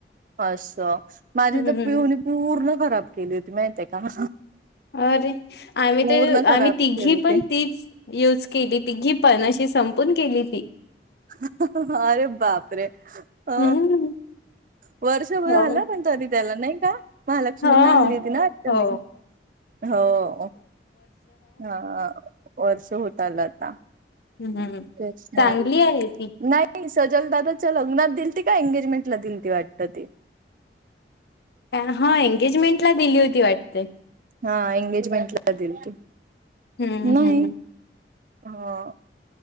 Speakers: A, on the right; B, on the left.
A: अस माझीतर
B: हम्म.
A: पिऊनी पूर्ण खराब केली होती माहितीय का.
B: अरे, आम्ही
A: पूर्ण
B: तर
A: खराब
B: आम्ही तिघी
A: केली होती
B: पण तीच. यूज केली तीघी पण अशी संपून केली ती.
A: अह ह ह अरे बापरे अ
B: हम्म.
A: वर्षभर
B: हो.
A: आला पण. तरी त्याला नाही का महालक्ष्मी
B: हा
A: आणली होती ना वाटत
B: हो
A: मी हो हा वर्ष होत आलं आता.
B: हम्म
A: <unintelligible> नाही
B: चांगली आहे ती
A: नाही सजलदादाच्या लग्नात दिलती का एंगेजमेंट ला दिलती वाटतं ती
B: ए हा एंगेजमेंट ला दिली होती वाटते.
A: हा एंगेजमेंटला दिलती,
B: हम्म
A: नाही
B: हम्म
A: हा